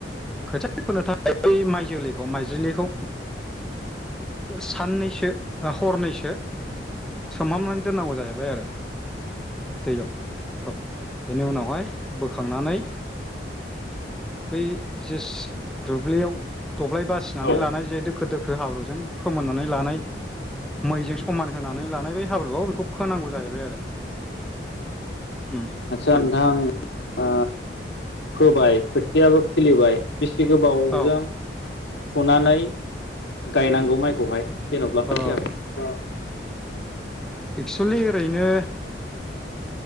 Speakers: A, in the centre; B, on the left.
A: खोथिया फोनो थाख बे माइ जोलैखौ माइ दिलेखौ ओ साननैस ओ बा हरनैसो सोमहामनानै दोननांगौ जाहैब बायआरो दैयाव ओ बेनि उनावहाय बोखांनानै बै जेस दुब्लियाव दब्लाय बासिनानै
B: औ औ
A: लानाय जिहेथु खो दोखो हाब्रुजों फोमोननानै लानाय मैजों समान होनानै लानाय बै हाब्रुआव बेखौ फोनांगौ जाहैबाय आरो उम
B: आदसा नोंथां ओ फोबाय खोथियाबो खिलिबाय बिसि गोबावजों
A: औ
B: फुनानै गायनांगौ माइ खौहाय जेन'ब्ला खोथियाखौ
A: ओ एक्सुलि ओरैनो